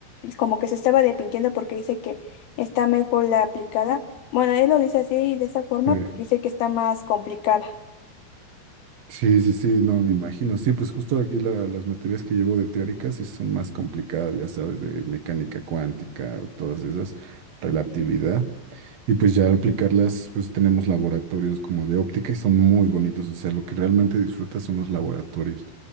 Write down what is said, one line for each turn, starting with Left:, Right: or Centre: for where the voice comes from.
Left: como que se estaba arrepintiendo porque dice que está mejor la aplicada. Bueno, él lo dice así de esa forma
Right: Sí.
Left: porque dice que está más complicada.
Right: Sí, sí, sí, no, me imagino. Sí, pues justo aquí la- las materias que llevo de teóricas sí son más complicadas, ya sabes, de mecánica cuántica, o todas esas, relatividad. Y pues ya al aplicarlas, pues tenemos laboratorios como de óptica y son muy bonitos. O sea, lo que realmente disfrutas son los laboratorios.